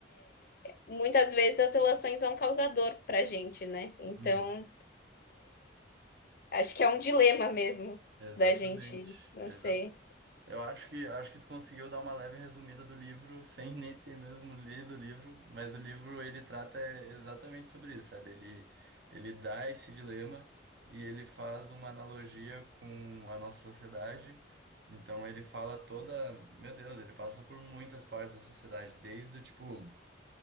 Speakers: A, on the left (about 50°); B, on the right (about 60°).
A: muitas vezes as relações são causador para a gente, né? Então
B: uhum.
A: Acho que é um dilema mesmo
B: Exatamente.
A: da gente, não
B: Exa
A: sei.
B: Eu acho que acho que tu conseguiu dar uma leve resumida do livro <laughs> sem nem ter mesmo lido o livro, mas o livro ele trata é, exatamente sobre isso, sabe? Ele ele dá esse dilema e ele faz uma analogia com a nossa sociedade. Então ele fala toda, meu Deus, ele passa por muitas partes da sociedade, desde o tipo